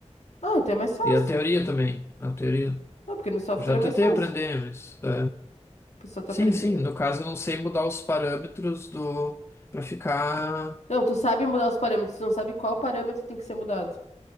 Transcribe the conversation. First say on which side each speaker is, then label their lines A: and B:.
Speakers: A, on the left; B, on the left.
A: Ah, então é mais fácil.
B: E a teoria também, né? a teoria.
A: Ah, porque no software
B: Eu já
A: é
B: tentei
A: mais fácil.
B: aprender, mas é.
A: Porque só tu
B: Sim,
A: aprendendo.
B: sim, no caso eu não sei mudar os parâmetros do para ficar
A: Não, tu sabe mudar os parâmetros, tu não sabe qual parâmetro tem que ser mudado.